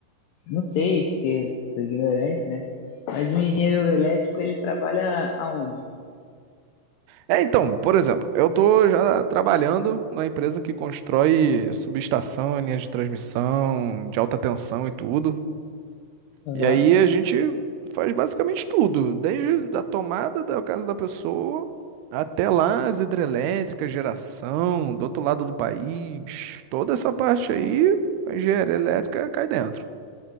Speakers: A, on the left; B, on the right.
A: não sei, porque sou ignorante, né? Mas o engenheiro elétrico, ele trabalha aonde?
B: É, então, por exemplo, eu tô já trabalhando na empresa que constrói subestação, linha de transmissão, de alta tensão e tudo.
A: Aham,
B: E aí a gente faz basicamente tudo, desde a tomada da casa da pessoa até lá as hidrelétricas, geração, do outro lado do país, toda essa parte aí, a engenharia elétrica cai dentro.